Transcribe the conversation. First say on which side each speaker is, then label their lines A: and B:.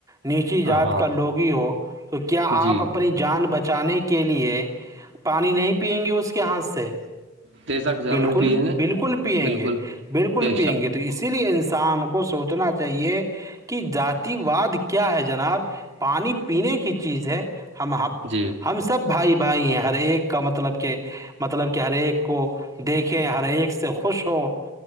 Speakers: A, on the right; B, on the right.
A: نیچی
B: ہاں
A: ذات
B: ہاں
A: کا لوگی ہو تو کیا
B: جی
A: آپ اپنی جان بچانے کے لیے پانی نہیں پئیں گے اس کے ہاتھ سے
B: تیزک ضرور
A: بالکل
B: پیئیں گے
A: بالکل پییں
B: بالکل
A: گے بالکل
B: بے
A: پییں
B: شک
A: گے تو اسی لیے انسان کو سوچنا چاہیے کہ جاتی واد کیا ہے جناب پانی پینے کی چیز ہے ہم ہم
B: جی
A: ہم سب بھائی بھائی ہیں ہر ایک کا مطلب کہ مطلب کہ ہر ایک کو دیکھیے ہر ایک سے خوش ہوں